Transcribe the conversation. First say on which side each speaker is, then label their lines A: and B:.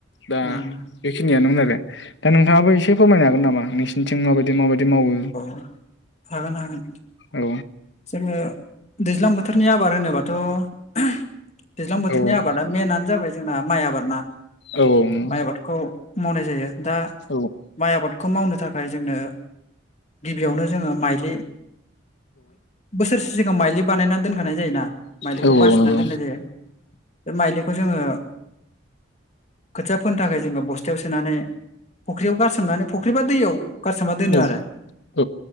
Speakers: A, on the left (about 60°); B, on the left (about 35°).
A: दा
B: उम
A: बेखिनियानोमोन आरो दा नोंथाङाबो एसे फोरमायनो हागोन नामा नोंसिनिथिं माबाय बिदि माबायदि मावो
B: औ हागोन हागोन
A: औ
B: जोङो दैज्लां बोथोरनि आबाद होनोबाथ' दैज्लां बोथोरनि
A: औ
B: आबादा मेनानो जाबाय जोंना माइ आबाद ना।
A: औ औ नंगौ।
B: माइ आबादखौ मावनाय जायो दा
A: औ
B: माइ आबाद खौ मावनो थाखाय जोंनो गिबियावनो जोङो माइलि बोसोरसे सिगां माइलि बानायना दोनखानाय जायोना माइलिखौ
A: औ
B: बासिनानै
A: नंगौ
B: दोननाय जायो। बे माइलिखौ जोङो खोथिया फोनो थाखाय जोङो बस्थायाव सोनानै फख्रियाव गारसोमनानै फुख्रिबा दैयाव गारसोमना दोनो
A: औ
B: आरो
A: औ